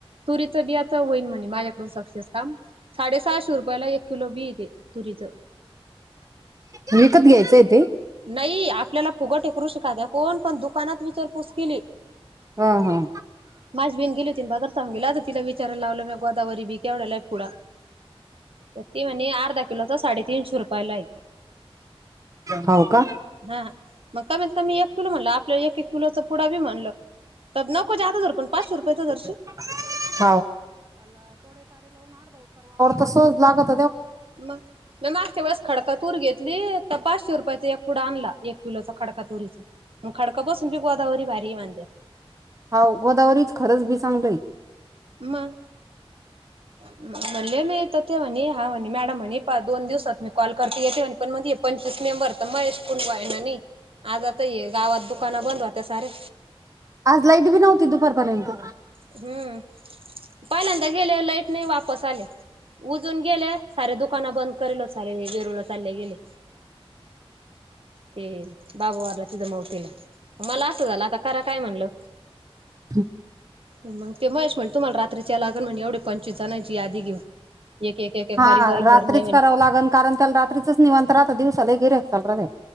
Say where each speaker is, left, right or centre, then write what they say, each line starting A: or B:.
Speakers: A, on the right (about 65°); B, on the right (about 35°).
A: तुरीच बियाच होईन म्हणजे माझ्याकडून सक्सेस काम. साडेसहाशे रुपया ला एक किलो बीट. तुरीच.
B: विकत घ्यायचं आहे तेे.
A: नाही आपल्याला फुगट कृषी काद्या कोण पण दुकानात विचारपूस केली
B: हा हा
A: माझी बहीण गेली ति बादर सऊून गेला आता तिला विचारायला लावलं म गोदावरी बी केवढ्यालाय पुडा ते म्हणजे अर्धा किलोचा साडेतीीनशे रुपयालाय.
B: हाव का
A: हा मग कमीत कमी एक किलो म्हणलं आपलं एक एक किलोच पुडा बी म्हणल तर नको जात पण पाचशे
B: <unintelligible> <unintelligible>
A: रुपये तर धरशील
B: तसं लागतं.
A: मग मागच्या वेळेस खडक तूर घेतली. पाचशे रुपयाचा एक पुडा आणला. एक किलोचा खडका तुरीचा मग खडका बसून बी गोदावरी बाहेारी मांध्या
B: हाव गोदावरीच खरंच भी सांगलोय.
A: मग म्हणले मी तर ते म्हणे हा म्हणे मॅडम म्हणे दोन दिवसात मी कॉल करते येते म्हणे पण मग पंचवीस मेंबर तर मग कुल व आहे ना नाही आज आता ये गावात दुकान बंद होत्या सारे.
B: आज लाईट भी नव्हती दुपारपर्यंत.
A: हम्म पहिल्यांदा गेले लाईट नाही वापस आले उजून गेले साार्या दुकान बंद करल सारे जेरुळ चालले गेले ते बाबूवारला तिथं मवतीला मला असं झालं आता करा काय म्हणलं.
B: <unintelligible>
A: मग ते महेश म्हण तुम्हाला रात्रीच्या लागण म्हण एवढे पंचवीस जणांची यादी घेऊन. एक एक एक एक
B: हा
A: बारीक बारीक
B: रात्रीच
A: धरणं आहे म्हणे.
B: करावं लागल कारण त्याला रात्रीचच निवांत <unintelligible> <unintelligible>